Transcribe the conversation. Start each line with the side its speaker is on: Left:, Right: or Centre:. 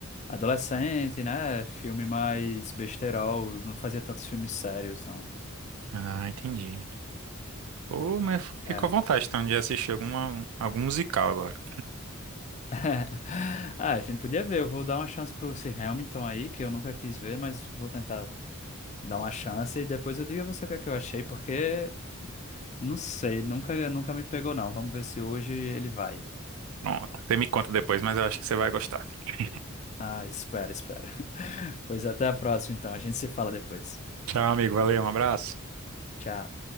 Left: adolescente, né? Filme mais besterol, não fazia tantos filmes sérios, não.
Right: Ah, entendi. Pô, mas fiquei
Left: É.
Right: com vontade então de assistir alguma, algum musical agora.
Left: <laughs> Ah, a gente podia ver, eu vou dar uma chance pro esse Hamilton aí, que eu nunca quis ver, mas vou tentar dar uma chance e depois eu digo a você o que é que eu achei, porque não sei, nunca, nunca me pegou não. Vamos ver se hoje ele vai.
Right: Pronto. Você me conta depois, mas eu acho que você vai gostar, sim.
Left: Ah, espera, espera. <laughs> Pois até a próxima, então. A gente se fala depois.
Right: Tchau, amigo. Valeu, um abraço.
Left: Tchau.